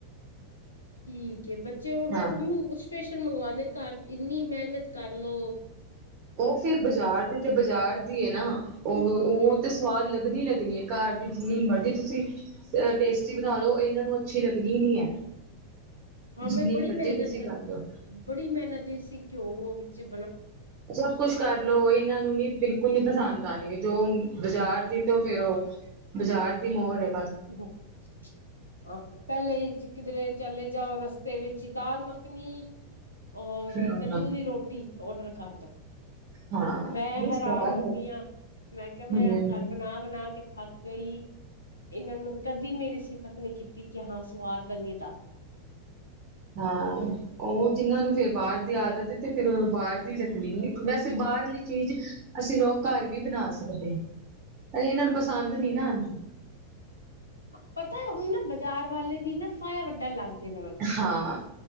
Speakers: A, on the left; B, on the right.
A: ਠੀਕ ਏ ਬੱਚੇ। ਜੋ
B: ਹਾਂ।
A: ਉਹ ਨੂੰ ਉਸ ਤਿਸ। ਮੰਗਵਾਉਂਦੇ ਘਰ ਇੰਨੀ ਮਿਹਨਤ ਕਰ ਲੋ,
B: ਉਹ ਫਿਰ ਬਾਜ਼ਾਰ ਦੀ ਤੇ ਬਾਜ਼ਾਰ ਦੀ ਨਾ
A: ਹਮ
B: ਓ ਤੇ ਸੁਆਦ ਲੱਗਣੀ, ਲੱਗਣੀ, ਹੈ ਘਰ ਦੀ ਜਿੰਨੀ ਮਰਜ਼ੀ ਤੁਸੀਂ ਅ ਟੇਸਟੀ ਬਣਾ ਲਓ, ਇਹਨਾਂ ਨੂੰ ਅੱਛੀ ਲੱਗਣੀ ਨੀ ਹੈ।
A: ਹਾਂ
B: ਜਿੰਨੀ
A: ਮੈਂ ਬੜੀ
B: ਮਰਜ਼ੀ
A: ਮਿਹਨਤ,
B: ਤੁਸੀਂ ਕਰ ਲਓ।
A: ਬੜੀ ਮਿਹਨਤ, ਦੇਸੀ ਘਿਓ- - ਚ <unintelligible>
B: ਸਭ ਕੁੱਛ ਕਰਲੋ ਇਹਨਾਂ ਨੂੰ ਨਈ ਬਿਲਕੁਲ ਬਿਲਕੁਲ, ਨਈ ਪਸੰਦ ਆਨੀ ਜੋ ਬਾਜ਼ਾਰ ਦੀ ਤੇ ਫੇਰ ਉਹ ਬਾਜ਼ਾਰ ਦੀ ਮੋਹਰ ਏ।
A: ਆਹ, ਪਹਿਲੇ ਕਿਧਰੇ ਚਲੇ ਜਾਓ ਰਸ ਤੇ ਵਿੱਚ ਦਾਲ ਮੱਖਣੀ। ਔਰ
B: ਹਾਂ
A: ਤੰਦੂਰੀ ਰੋਟੀ ਔਡਰ ਕਰਦੋ।
B: ਹਾਂ ਨਹੀਂ
A: ਮੈਂ ਹੈਰਾਨ
B: ਸਵਾਦ
A: ਹੁਣੀ ਹਾਂ, ਮੈਂ ਕਿਹਾ ਮੈਂ
B: ਹਮ
A: ਘਰ ਬਣਾ-ਬਣਾ ਕੇ ਥੱਕ ਗਈ ਇਹਨਾਂ ਨੂੰ ਕਦ ਹੂ, ਕੀਤੀ ਕਿ ਹਾਂ ਸਵਾਦ ਬਨੀ ਦਾ
B: ਹਾਂ ਉਹ ਜਿਹਨਾਂ ਨੂੰ ਫਿਰ ਬਾਹਰ ਦੀ ਆਦਤ ਏ ਤ ਓ ਫਿਰਉਨ੍ਹਾਂ ਬਾਹਰ ਦੀ ਰੱਖਣੀ ਵੈਸੇ ਬਾਹਰਲੀ ਚੀਜ਼ ਅਸੀਂ ਲੋਕ ਘਰ ਵੀ ਬਣਾ ਸਕਦੇਹਾ। ਪਰ ਇਹਨਾਂ ਨੂੰ ਪਸੰਦ ਨਹੀਂ ਨਾ ਆਉਂਦੀ।
A: ਪਤਾ ਹੁਣ ਨਾ ਬਾਜ਼ਾਰ ਵਾਲੇ ਵੀ ਨਾ ਫਾਇਆ ਵੱਡਣ ਲੱਗ ਗਏ ਨੇ ਹੁਣ
B: ਹਾਂ।